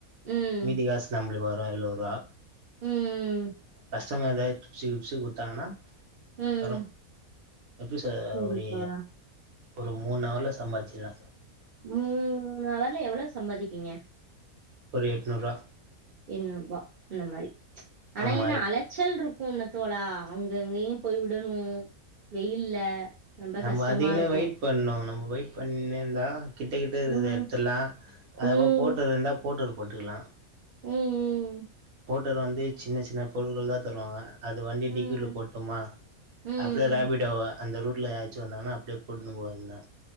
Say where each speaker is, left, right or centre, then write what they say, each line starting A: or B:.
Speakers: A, on the right; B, on the right.
A: ம்
B: மீதி காசு நம்ப்ளு வ எழ்வருவா
A: ம்
B: கஸ் சங்க எதா டிபன்ஸு கிப்ஸு குட்த்தாங்கனா
A: ம்
B: வரு எப்பி சொல்ற
A: சரி
B: ஒரீ
A: தோழா
B: ஒரு மூணவர்ல சம்பாதிச்லா
A: ம் மூணவர்ல எவ்வளோ சம்பாதிப்பீங்க
B: ஒரு எட்நூற்வா
A: எண்ணூறுபா இந்த மாரி ஆனா
B: ஆமா
A: என்னா
B: எட்
A: அலச்சல் ருக்கு தோழா அங்கங்கயும் போய் உடணு வெயில்ல ரொம்ப
B: நம்ம
A: கஷ்டமா
B: அதுகுன்னே
A: இருக்கு
B: வெயிட் பண்ணு நம்ம வெயிட் பண்ணே இருந்தா கிட்ட கிட்ட இருக்த
A: ம்
B: எட்த்துல்லா அதமா
A: ம்
B: போட்டல் இருந்தா போர்ட்டல் போட்டுக்லா
A: ம் ம்
B: ஹோட்டல் வந்து சின்ன சின்ன பொருள்கள் தா தருவாங்க அது வண்டி
A: ம்
B: டிக்கியுள்ள போட்டோமா
A: ம்
B: அப்றொ ராபிடோவா அந்த ரூட்ல யாச்சு வந்தாங்கனா அப்டியே போட்டுனு போ வேண்டிதா